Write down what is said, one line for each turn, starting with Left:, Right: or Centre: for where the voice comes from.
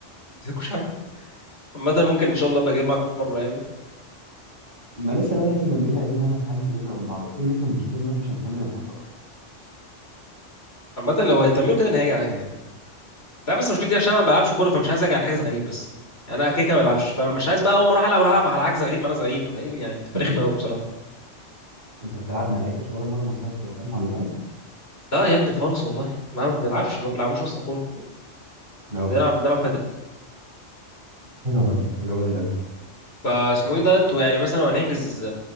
Left: مفيش حاجه عامه ممكن ان شاء الله ابقى اجي معاكم في مره يعني
Right: ما لسه الواد هيثم جنبيل عايزين نعمل حجز بينا وبين بعض قلت له ان احنا المشكله ان احنا مش هنكمل 10
Left: عامه لو هتعملوا كده انا هاجي عادي كده ده بس مشكلتي عشان انا ما بلعبش كوره فمش عايز اجي على حاجه غريب بس يعني انا كده كده ما بلعبش فمش عايز بقى اول ما اروح العب اروح العب مع حاجه غريب مع ناس غريبه فايه يعني بتبقى
Right: <laughs>
Left: رخمه قوي بصراحه
Right: انت بتلعب ما لعبتش ولا مره مع صحابك بتوع الجامعه ولا حاجه؟
Left: لا يا ابني خالص والله ما بنلعبش ما بنلعبوش اصلا كوره
Right: لا
Left: بنلعب بنلعب بادل
Right: حلوه بدل حلوه بدل قوي
Left: فاسمه ايه ده انتوا يعني مثلا لو هنحجز